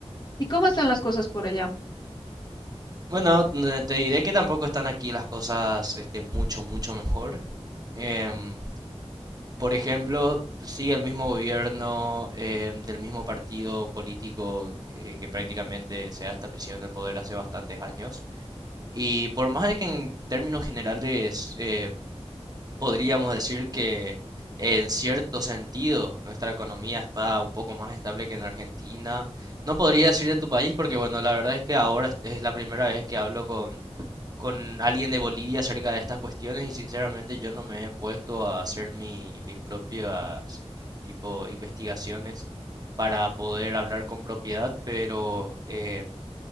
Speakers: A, on the left (about 40°); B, on the right (about 35°).
A: ¿Y cómo están las cosas por allá?
B: Bueno, n- te diré que tampoco están aquí las cosas este, mucho, mucho mejor. Em, Por ejemplo, sí, el mismo gobierno eh, del mismo partido político eh, que prácticamente se ha establecido en el poder hace bastantes años. Y por más de que en términos generales eh, podríamos decir que en cierto sentido nuestra economía está un poco más estable que en Argentina. No podría decir de tu país porque, bueno, la verdad es que ahora es es la primera vez que hablo con, con alguien de Bolivia acerca de estas cuestiones y sinceramente yo no me he puesto a hacer mi, mis propias tipo investigaciones para poder hablar con propiedad, pero... em,